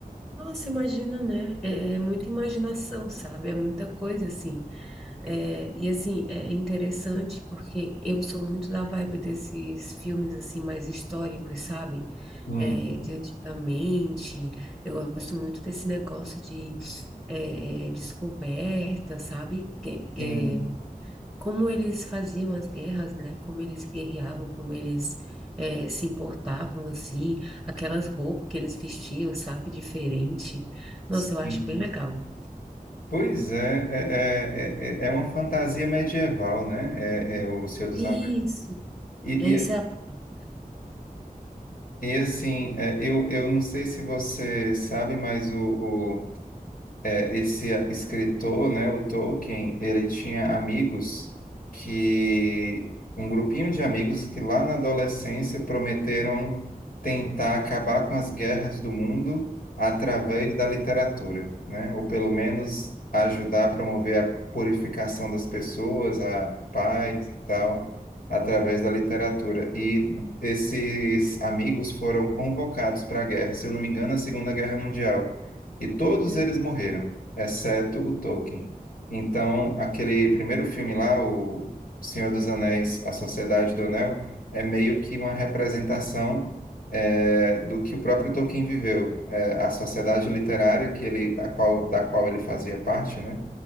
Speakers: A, in the centre; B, on the left (about 70°).
A: Nossa, imagina, né? É, é muita imaginação, sabe? É muita coisa assim. É, e assim, é interessante porque eu sou muito da vibe desses filmes assim mais históricos, sabe?
B: Uhum.
A: É, de antigamente, eu gosto muito desse negócio de é, descoberta, sabe? Que- que-
B: Sim,
A: como eles faziam as guerras, né? Como eles guerreavam, como eles é, se importavam, assim, aquelas roupas que eles vestiam, sabe? Diferente. Nossa,
B: sim.
A: eu acho bem legal.
B: Pois é, é, é, é é é uma fantasia medieval, né? É, é o Senhor dos
A: Isso,
B: Anéis. E,
A: essa
B: e,
A: é a palavra.
B: e assim, é, eu, eu não sei se você sabe, mas o, é, esse escritor, né, o Tolkien, ele tinha amigos que, um grupinho de amigos que lá na adolescência prometeram tentar acabar com as guerras do mundo através da literatura, né, ou pelo menos ajudar
A: Uhum.
B: a promover a purificação das pessoas, a paz e tal, através da literatura. E esses amigos foram convocados para a guerra, se eu não me engano, a Segunda Guerra Mundial. E todos
A: Uhum.
B: eles morreram, exceto o Tolkien. Então, aquele primeiro filme lá, O Senhor dos Anéis, A Sociedade do Anel, é meio que uma representação eh, do que o próprio Tolkien viveu. Eh, a sociedade literária que ele, a qual, da qual ele fazia parte, né?